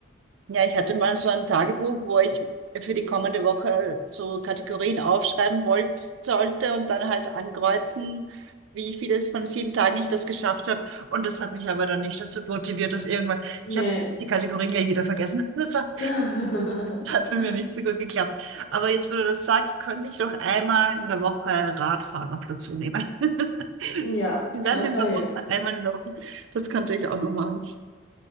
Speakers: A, on the right (about 75°); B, on the left (about 75°).
A: Ja, ich hatte mal so ein Tagebuch, wo ich für die kommende Woche so Kategorien aufschreiben wollte, sollte und dann halt ankreuzen, wie vieles von sieben Tagen ich das geschafft habe. Und das hat mich aber dann nicht dazu motiviert, dass irgendwann,
B: Nee.
A: ich habe die Kategorien gleich wieder vergessen. <laughs> Das war,
B: <laughs>
A: hat bei mir nicht so gut geklappt. Aber jetzt, wo du das sagst, könnte ich doch einmal in der Woche Radfahren noch dazu nehmen. <laughs>
B: Ja,
A: Wir werden
B: manchmal
A: in der
B: hilft.
A: Woche, einmal in der Woche. Das könnte ich auch noch machen.